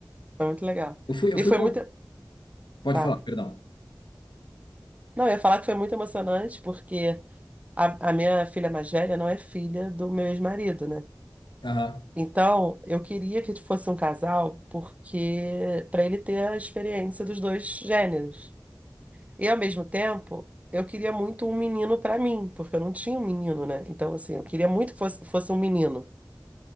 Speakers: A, on the right (about 20°); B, on the left (about 85°).
A: Foi muito legal.
B: Eu fui, eu
A: E
B: fui
A: foi
B: com.
A: muito.
B: Pode
A: Ah,
B: falar, perdão.
A: não, eu ia falar que foi muito emocionante, porque a, a minha filha mais velha não é filha do meu ex-marido, né?
B: Aham.
A: Então, eu queria que fosse um casal porque para ele ter a experiência dos dois gêneros. E ao mesmo tempo, eu queria muito um menino para mim, porque eu não tinha um menino, né? Então, assim, eu queria muito que fosse, fosse um menino